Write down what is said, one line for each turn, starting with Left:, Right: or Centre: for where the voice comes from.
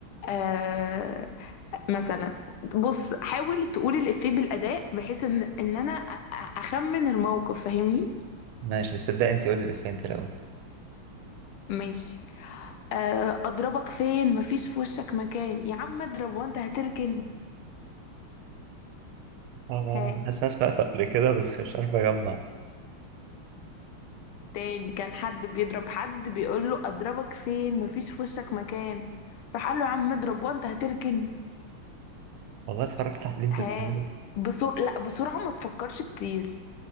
Left: آه مثلا بص حاول تقول الافيه بالاداء بحيث ان ان انا أ- أ- اخمن الموقف فاهمني
Right: ماشي بس ابدأ انت قولي الإفيه انت الأول
Left: ماشي آه اضربك فين مفيش في وشك مكان يا عم اضرب وانت هتركن
Right: آه،
Left: ها
Right: حاسس إن انا سمعته قبل كده بس مش عارف اجمع
Left: تاني كان حد بيضرب حد بيقول له اضربك فين مفيش في وشك مكان راح قال له يا عم اضرب وانت هتركن
Right: والله اتفرجت عليه
Left: ها
Right: بس ناسي.
Left: بسرعة لا بسرعة ما تفكرش كتير